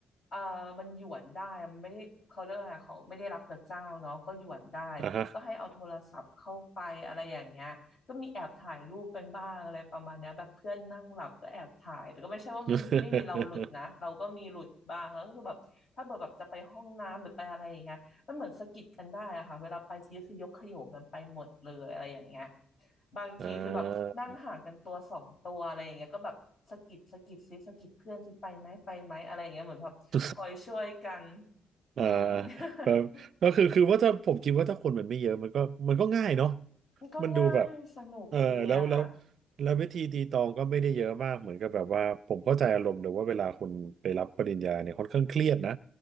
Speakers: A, on the left (about 50°); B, on the right (about 60°).
A: เออมันหยวนได้มันไม่ได้เขาเรียกว่าอะไรเขาไม่ได้รับกับเจ้าเนาะก็หยวนได้
B: อ่าฮะ
A: ก็ให้เอาโทรศัพท์เข้าไปอะไรอย่างเงี้ยก็มีแอบถ่ายรูปกันบ้างอะไรประมาณเนี้ยแบบเพื่อนนั่งหลับก็แอบถ่ายแต่ก็ไม่ใช่ว่ามีไม่มีเราหลุดนะเราก็มีหลุดบ้างแล้วก็คือแบบถ้าเกิดแบบจะไปห้องน้ำหรือไปอะไรอย่างเงี้ย
B: <laughs>
A: มันเหมือนสะกิดกันได้อะค่ะเวลาไปทีก็คือยกขโยงกันไปหมดเลยอะไรอย่างเงี้ยบางทีคือแบบนั่งห่างกันตัวสองตัวอะไรอย่างเงี้ยก็แบบสะกิดสะกิดซิสะกิดเพื่อนซิไปไหมไปไหมอะไรอย่างเงี้ยเหมือนแบบคอยช่วยกัน
B: อ่า <laughs> อ่า
A: อืม <laughs>
B: แบบก็คือคือว่าถ้าผมคิดว่าถ้าคนมันไม่เยอะมันก็มันก็ง่ายเนาะ
A: มันก็ง่ายสนุกดีอะค่ะ
B: มันดูแบบเออแล้วแล้วแล้ววิธีตีตองก็ไม่ได้เยอะมากเหมือนกับแบบว่าผมเข้าใจอารมณ์เลยว่าเวลาคนไปรับปริญญาเนี่ยค่อนข้างเครียดนะ